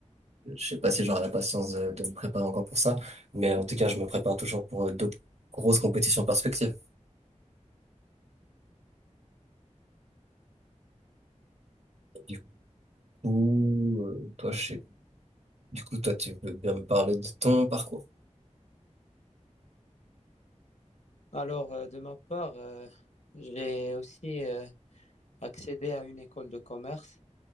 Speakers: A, on the right; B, on the left.
A: je sais pas si j'aurai la patience de, de me préparer encore pour ça, mais en tout cas, je me prépare toujours pour euh, d'autres grosses compétitions perspectives. Du coup, euh, toi, je sais, du coup, toi, tu veux bien me parler de ton parcours.
B: Alors, euh, de ma part, euh, j'ai aussi euh, accédé à une école de commerce